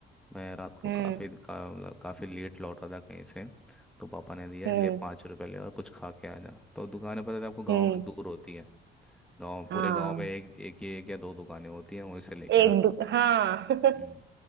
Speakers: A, in the centre; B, on the right.
A: मैं रात को
B: हम्म
A: काफ़ी का, मतलब काफ़ी लेट लौटा था कहीं से तो पापा ने दिया
B: हम्म
A: ले पाँच रुपए ले और कुछ खा के आ जा तो दुकानें पता है आपको गांव
B: हम्म
A: में दूर होती है गांव
B: हाँ
A: पूरे गांव में एक एक, एक या दो दुकानें होती हैं वहीं से लेके
B: एक
A: आना
B: दु हाँ <laughs>
A: हम्म,